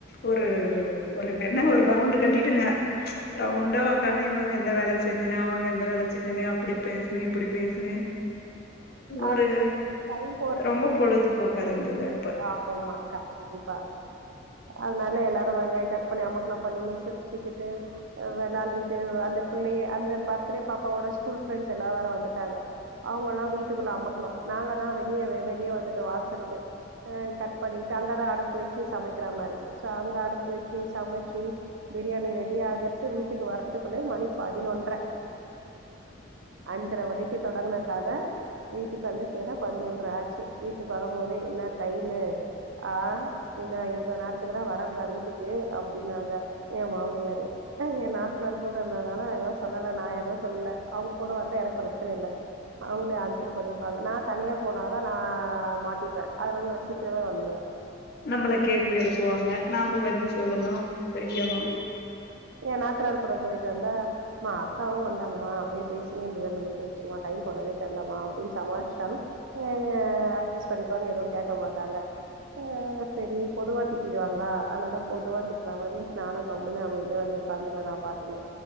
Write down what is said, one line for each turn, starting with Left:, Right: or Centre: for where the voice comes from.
Left: ஒரு ஒரு என்ன ஒரு ரவுண்ட் கட்டிட்டுங்க ரவுண்டா ஒக்காந்து இவுங்க எந்த வேல செஞ்சனு அவுங்க எந்த வேல செஞ்சுனனு அப்டி பேசுனே இப்டி பேசுனே ஒரு
Right: அது டைம்
Left: ரொம்ப பொழுதுபோக்கா இருந்தது அ
Right: ஆம் அக்கா கண்டிப்பா அதனால எல்லாரு வெங்காய கட் பண்ணி அமக்கலா பண்ணினு சிரிச்சுக்கிட்டு வெளாண்டிட்டு அந்த பிள்ளைய அந்த பர்த்டே பாப்பாவோட ஸ்கூல் ஃப்ரெண்ட்ஸ் எல்லா வேர வந்துட்டாங்க அவுங்க அல்லா வீட்டுக்குள்ள அமக்கலோ நாங்க தா வெளியே வெளியே வந்துட்டோ வாசலுக்கு அ கட் பண்ணிட்டு அங்கதா அடுப்பு வச்சு சமைக்கிற மாரி சோ அங்க அடுப்பு வச்சு சமைச்சு பிரியாணி ரெடி ஆகரது வீட்டுக்கு வரதுக்குள்ளே மணி பதினொன்ற அஞ்சர மணிக்கு தொடங்கன கத வீட்டுக்கு வந்து சேற பதினொன்ற ஆச்சி வீட்டுக்கு வரும் போதே என்ன டைமு ஆ என்ன இந்த நேரத்துல தா வரக்கூடாது வீட்டுக்கு அப்டின்னாங்க ஏ மாமியாரு அ ஏ நாத்தனார் கூட இருந்ததுனால ஏதோ சொல்லலா நா ஏதோ சொல்லல அவுங்க கூட வந்தா எனக்கு பிரச்சன இல்லா அவுங்களே ஆன்சர் பண்ணிப்பாங்க நா தனியா போனாதா நா மாட்டிப்பே அதனால நா சீக்கிரமே வந்துடுவே
Left: நம்மள கேள்வி எழுப்புவாங்க நாம்ம பதில் சொல்லணு செய்யணு
Right: ஏ நாத்தனார் கூட போயிட்டு வந்தா மா அக்காவு வந்தாங்மா அப்டியே பேசினே இருந்ததுல லேட் ஆயிச்சிமா டைம் போனதே தெர்லமா அப்டியே சமாளிச்சாலு அ அட்ஜஸ் பண்ணிப்பாங்க எதுவு கேட்க மாட்டாங்க ஆ செரி பொதுவா திட்டிடுவாங்களா அதனால பொதுவா திட்டுறா மாரி நானு கம்முன்னே அமை தியா வந்து உக்காந்திருவா நா பாட்டுல